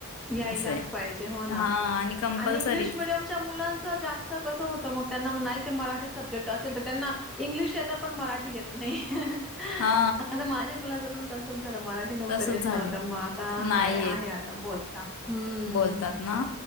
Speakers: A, in the centre; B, on the left.
A: यायलाच
B: असं आहे
A: पाहिजे हो ना
B: हा कंपल्सरी
A: आणि इंग्लिश मीडियमच्या मुलांच जास्त कसं होत मग, त्यांना म् नाही - ते मराठी सब्जेक्ट असेल तर त्यांना इंग्लिश येतं पण मराठी येत नाही. <inaudible>
B: हा
A: आता माझ्या मुलाचं पण तस्ं- - च झालं त्याला मराठी लवकर
B: तसच
A: येत
B: झालंय
A: नव्हतं मग आता
B: नाही
A: हाय
B: येत
A: आहे आता बोल् <inaudible> हम्
B: बोलतात ना.